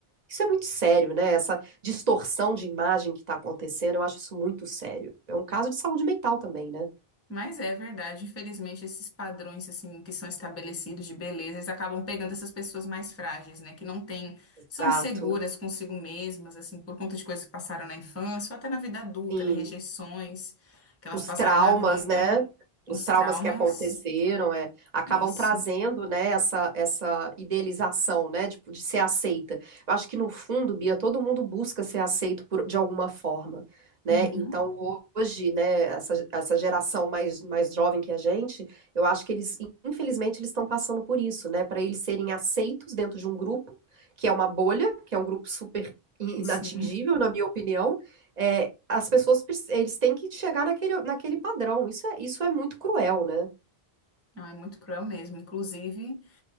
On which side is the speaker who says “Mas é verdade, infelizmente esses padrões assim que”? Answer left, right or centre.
Left